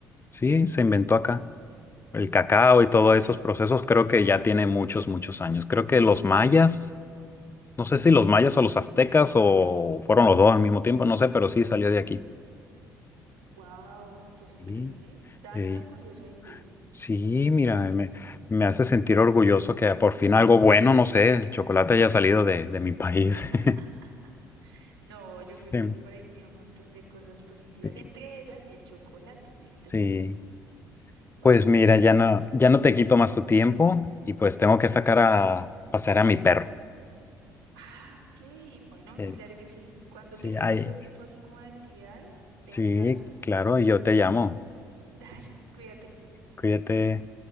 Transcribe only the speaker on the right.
<gasps>
wow, pues increíble.
Dato
curioso del día.
Genial.
<laughs>
No, yo
creo que tu país tiene un montón de cosas positivas,
entre ellas el chocolate, ¿viste?
Bueno,
súper
digo.
Ah, ok. Bueno,
claro que sí. Cuando
tengas
otro tipo así como de actividades,
déjame saber.
Bueno,
<laughs> dale, cuídate.